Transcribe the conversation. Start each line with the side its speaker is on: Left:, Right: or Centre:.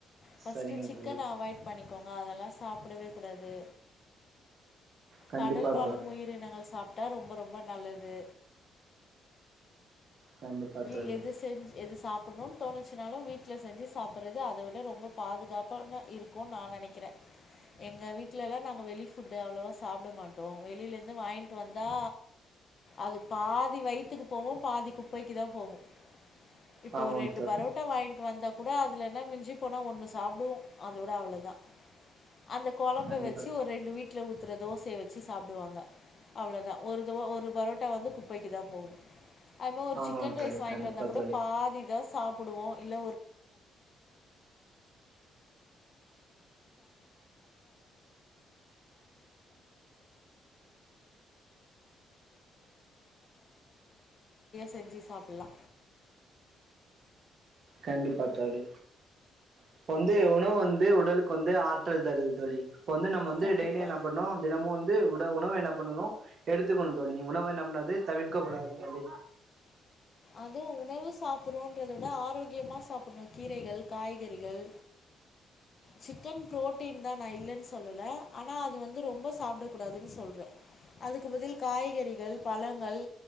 Left: ஃபஸ்ட்டு
Right: சரிங்க
Left: சிக்கன
Right: தோழி
Left: அவாய்ட் பண்ணிக்கோங்க அதெல்லா சாப்டவே கூடாது
Right: கண்டிப்பா
Left: கடல் வாழும்
Right: தோழி
Left: உயிரினங்கள் சாப்ட்டா ரொம்ப ரொம்ப நல்லது
Right: கண்டிப்பா
Left: இ
Right: தோழி
Left: எது செஞ் எது சாப் புன்னு தோணுச்சினாலு வீட்ல செஞ்சி சாப்புர்றது அத விட ரொம்ப பாதுகாப்பான இருக்குன் நா நெனக்கிற எங்க வீட் ட்லலா நாங்க வெளி ஃபுட்டு் அவ்ளோவா சாப்ட மாட்டோ வெளியிலேருந்து வாய்ன்ட்டு வந்தா அது பாதி வயித்துக்கு போவு பாதி குப்பைக்கிதா போவு இப்போ
Right: ஆமாம்
Left: ஒரு ரெண்டு
Right: தோழி
Left: பரோட்டா வாய்ண்ட்டு வந்தா கூட அதுல என்ன மிஞ்சி போனா ஒன்னு சாப்டுவோ அதோட அவ்ளோதா அந்த கொழம்ப
Right: கண்டிப்பா
Left: வெச்சி
Right: தோழி
Left: ஒரு ரெண்டு வீட்ல ஊ த்துற தோசைய வெச்சி சாப்டுவாங்க அவ்ளோதா ஒரு தோ ஒரு பரோட்டா வந்து குப்பைக்குதா போவு அது மா
Right: ஆமாம்
Left: சிக்கன்
Right: தோழி
Left: ரைஸ் வாங்கிட்டு
Right: கண்டிப்பா
Left: வந்தாக் கூட
Right: தோழி
Left: பாதிதா சாப்புடுவோ இல்ல செஞ்சி சாப்புல்லா
Right: கண்டிப்பா தோழி இப்ப வந்து உணவு வந்து உடலுக்கு வந்து ஆற்றல் தருது தோழி இப்போ வந்து நம்ம வந்து
Left: கண்டிப்பா
Right: டெய்லி என்ன பண்ணு தினமு வந் து உட உணவு என்ன பண்ணணு எடுத்துக்கணு தோணி உணவ என்னா பண்ணாது தவிர்க்க கூடாது தோழி
Left: அது உணவு சாப் புர்றோ றததா ஆரோக்கியமா சாப்புண்ணோ கீரைகள் காய்கறிகள் சிக்கன் புரோட்டின் தா நா இல்லன் சொல்லல ஆனா அது வந்து ரொம்ப சாப்டக் கூடாதுன்னு சொல்ற அதுக்கு பதில் காய்கறிகள் பழங்கள்